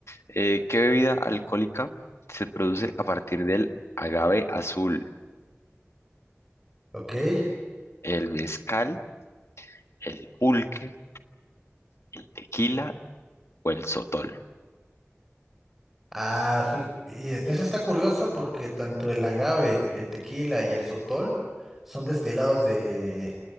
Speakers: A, on the left; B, in the centre.
A: Eh, ¿qué bebida alcohólica se produce a partir del agave azul?
B: ok.
A: el mezcal, el pulque, el tequila o el sotol.
B: Ah, fí- y, eh, eso está curioso porque tanto el agave, el tequila y el sotol son destilados de...